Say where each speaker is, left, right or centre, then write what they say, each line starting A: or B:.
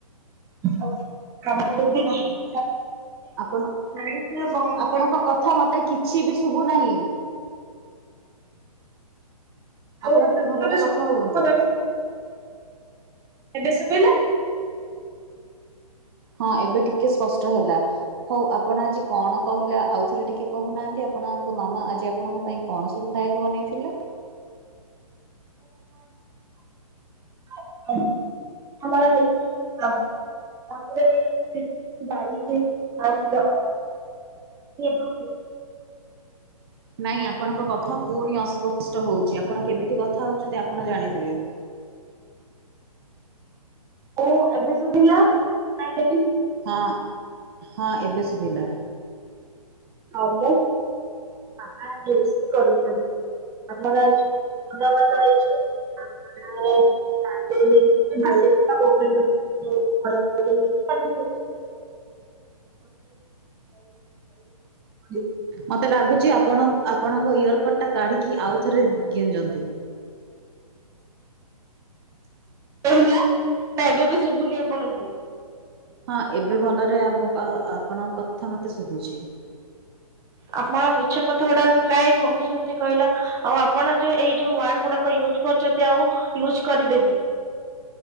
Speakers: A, on the right; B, on the right.
A: <inaudible> ଆମର ବି ନାହିଁ <inaudible>
B: ଆପଣ,
A: ଶାଢୀ ପୁରା ବନ୍ଦ
B: ଆପଣଙ୍କ
A: କରିଦେଲି
B: କଥା
A: ତ
B: ମତେ କିଛିବି ଶୁ ଶୁଭୁ ନାହିଁ।
A: ଆଉ
B: ଆପଣ ଟିକେ ଭଲରେ
A: ମତେ ଶୁଭୁଚି
B: କଥା ହୁଅନ୍ତୁ।
A: ପୁରା ଏବେ ଶୁଭିଲା।
B: ହଁ ଏବେ ଟିକେ ସ୍ପ ଷ୍ଟ ହେଲା ହଉ ଆପଣ ଆଜି କଣ କହିଲା ଆଉ ଥରେ ଟିକେ କହୁନାହାନ୍ତି ଆପ ଆପଣଙ୍କ ମାମା ଆଜି ଆପଣଙ୍କ ପାଇଁ କଣ ସବୁ ଖାଇବାକୁ ବନେଇଥିଲେ?
A: <unintelligible> ଆମର ହେଇଚି ଆଉ। ତାପରେ ଡାଲି ହେଇଚି ଆଉ କିଛି <unintelligible>
B: ନାଇଁ ଆପଣଙ୍କ କଥା ପୁଣି ଅସ୍ପ ଷ୍ଟ ହଉଚି ଆପଣ କେମିତି କଥା ହଉଚନ୍ତି ଆପଣ ଜାଣିଥିବେ।
A: ଓ ଏବେ ଶୁଭିଲା, ନା ଏଟାବି
B: ହଁ ହଁ ଏବେ ଶୁଭିଲା।
A: ଆଉ ମୁଁ ମାମା ଆଜି ରୋଷେଇ କରିଛନ୍ତି, ଆମର ଆଜି ଅରୁଆ ଭାତ ହେଇଚି। ଆଉ ଡାଲି ହେଇଚି ଡାଲି <unintelligible> <inaudible> ଡାଲି ପୋଟଳ ଆଳୁ ତରକାରୀ <unintelligible>
B: ମତେ ଲାଗୁଚି ଆପଣଙ୍କ୍ ଆପଣଙ୍କ ଇୟରକଡ ଟା କାଢି କି ଆଉ ଥରେ ଗେଂଜନ୍ତୁ।
A: ହେଲା ନା ଏବେ ବି ଶୁଭୁନି ଆପଣଙ୍କୁ।
B: ହଁ ଏବେ ଭଲରେ ଆମ ଆ ଆ ଆପଣଙ୍କ କଥା ମତେ ଶୁଭୁଚି।
A: ଆପଣ ମିଛ କଥା ଗୁଡାକ କାଇଁ କହୁଛନ୍ତି କହିଲ ଆଉ ଆପଣ ଯୋଉ ଏଇ ଯୋଉ ୱାର୍ଡ ଗୁଡାକ ଇଉଜ୍ କ କରୁଚନ୍ତି, ଆଉ ୟୁଜ କରିବେନି।